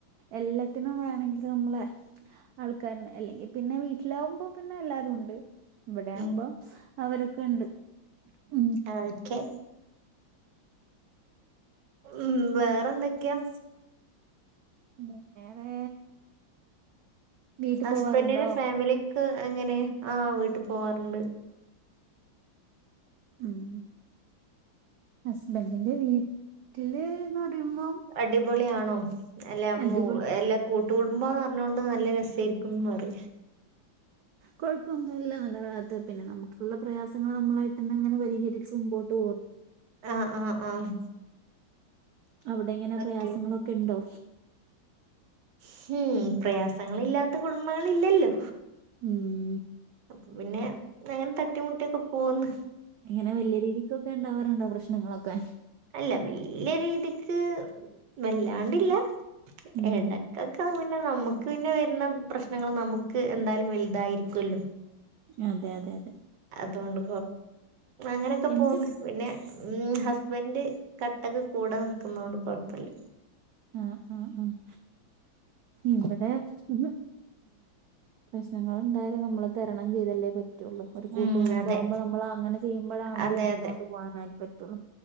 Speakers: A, on the right; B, on the right.
A: എല്ലാത്തിനും വേണെങ്കിൽ നമ്മള് ആൾക്കാരന് അല്ലെങ്കിൽ പിന്നെ വീട്ടിലാകുമ്പോ പിന്നെ എല്ലാവരും ഉണ്ട് ഇവിടെയാകുമ്പോ
B: ഉം
A: അവരൊക്കെ ഉണ്ട് ഉം
B: ഒക്കെ ഉം വേറെന്തൊക്കെയാ
A: വേറെ വീട്ടിൽ
B: ഹസ്ബൻഡിന്റെ
A: പോവാറുണ്ടോ
B: ഫാമിലിക്ക് എങ്ങനെ ആഹ് വീട്ടിൽ പോവാറുണ്ട്.
A: ഉം ഹസ്ബൻഡിന്റെ വീട്ടില്ന്ന് പറയുമ്പോം
B: അടിപൊളിയാണോ എല്ലാ
A: അടിപൊളി
B: മു എല്ല കൂട്ടു കുടുംമ്പാന്ന് പറഞ്ഞോണ്ട് നല്ല രസമായിരിക്കുന്ന് പറയാ
A: കുഴപ്പമൊന്നു ഇല്ല നല്ലത്ത് പിന്നെ നമുക്കുള്ള പ്രയാസങ്ങൾ നമ്മളായിട്ട് തന്നെ അങ്ങനെ പരിഹരിച്ച് മുമ്പോട്ട് പോകുന്നു
B: ആഹ് ആഹ് ആഹ്
A: അവിടെ എങ്ങനെ പ്രയാസങ്ങളൊക്കെ
B: ഓക്കെ ഉം
A: ഉണ്ടോ
B: ഹേയ് പ്രയാസങ്ങളില്ലാത്ത കുടുംബങ്ങൾ ഇല്ലല്ലോ
A: ഉം
B: അപ്പ പിന്നെ അങ്ങനെ തട്ടിമുട്ടിയൊക്കെ പോന്ന്
A: ഇങ്ങനെ വല്യ രീതിക്കൊക്കെ ഉണ്ടാവാറുണ്ടോ പ്രശ്നങ്ങളൊക്കെ
B: അല്ല വല്ലിയ രീതിക്ക് വല്ലാണ്ടില്ല
A: ഉം
B: ഏട കക്ക പിന്നെ നമ്മക്ക് പിന്നെ വരുന്ന പ്രശ്നങ്ങൾ നമുക്ക് എന്തായാലും വലുതായിരിക്കുല്ലോ
A: അതെ അതെ അതെ
B: അതുകൊണ്ട് അങ്ങനെയൊക്കെ
A: എന്റെ
B: പോന്ന് പിന്നെ ഉം ഹസ്ബൻഡ് കട്ടക്ക് കൂടെ നിൽക്കുന്ന കൊണ്ട് കുഴപ്പില്ല
A: ആഹ് ആഹ് ആഹ് ഇവിടെ ഉം പ്രശ്നങ്ങൾ ഉണ്ടായത് നമ്മള് തരണം ചെയ്തല്ലേ പറ്റ റ്റുള്ള ഒരു
B: ഉം
A: കൂട്ട് കുടുംബം
B: അതെ
A: ആകുമ്പോ നമ്മൾ അങ്ങനെ ചെയ്യുമ്പോഴാണല്ലോ
B: അതെ
A: മുന്നോട്ട്
B: അതെ
A: പോകാൻ പറ്റും